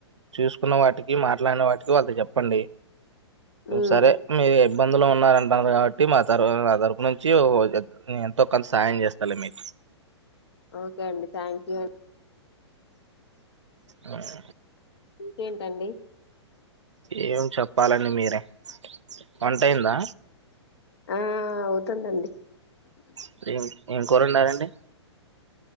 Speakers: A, on the right; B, on the left.
A: చూసుకున్న వాటికి మాట్లాడిన వాటికి వాళ్ళ చెప్పండి
B: ఉమ్
A: సరే మీ ఇబ్బందులు ఉన్నారంటన్నారు కాబట్టి మా తర నా తరపు నుంచి ఎంతో కొంత సాహాయం చేస్తలే మీకు
B: ఓకే అండి థ్యాంక్ యూ
A: మ్మ్
B: ఇంకేంటండి
A: ఏం చెప్పాలండి మీరే వంట అయిందా
B: ఆ అవుతుందండి
A: ఇప్పుడు ఏం ఏంకూర వండారండి.